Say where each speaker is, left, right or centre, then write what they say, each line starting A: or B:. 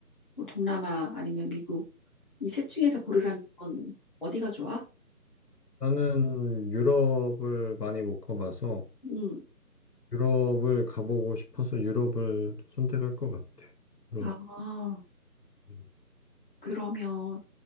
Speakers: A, on the left; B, on the left.
A: 뭐 동남아 아니면 미국? 이 셋 중에서 고르라면 어디가 좋아?
B: 나는 유럽을 많이 못 가봐서
A: 음,
B: 유럽을 가보고 싶어서 유럽을 선택할 것 같아. 유럽.
A: 아,
B: 음.
A: 그러면